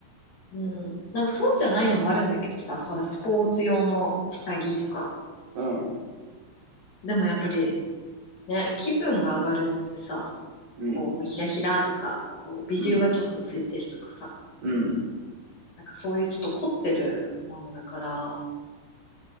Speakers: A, on the left; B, on the right.
A: うん。なんかそうじゃないのもあるんだけどさ、ほら、スポーツ用の下着とか。
B: うん、
A: でもやっぱり、ね、気分が上がるのってさ、
B: うん、
A: こう、ひらひらとか、こう、ビジュがちょっとついてるとかさ、
B: うん、うん。
A: なんかそういうちょっと凝ってるものだから、